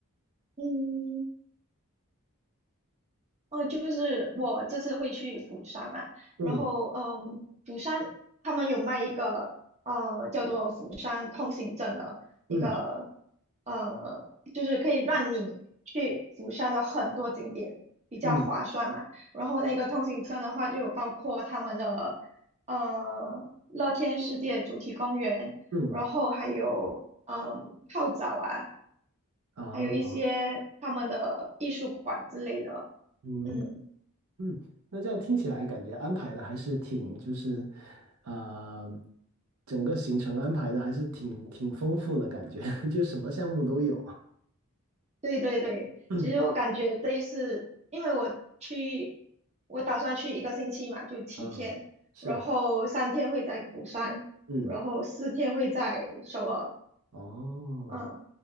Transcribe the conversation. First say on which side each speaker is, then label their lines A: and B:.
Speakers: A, on the right; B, on the right.
A: 嗯。嗯，就是我这次会去釜山嘛，
B: 嗯
A: 然后嗯，釜山他们有卖一个呃叫做釜山通行证的一个
B: 嗯
A: 呃，就是可以让你去釜山的很多景点比较划算嘛。
B: 嗯
A: 然后那个通行证的话，就有包括他们的呃乐天世界主题公园，
B: 嗯
A: 然后还有嗯泡澡啊，
B: 啊
A: 还有一些他们的艺术馆之类的，
B: 嗯
A: 嗯。
B: 嗯，那这样听起来感觉安排的还是挺就是呃，整个行程安排的还是挺挺丰富的感觉，<laughs> 就什么项目都有。
A: 对对对，
B: <laughs>
A: 其实我感觉这一次，因为我去，我打算去一个星期嘛，就七天，
B: 嗯，是，
A: 然后三天会在釜山，
B: 嗯，
A: 然后四天会在首尔。
B: 哦，
A: 嗯，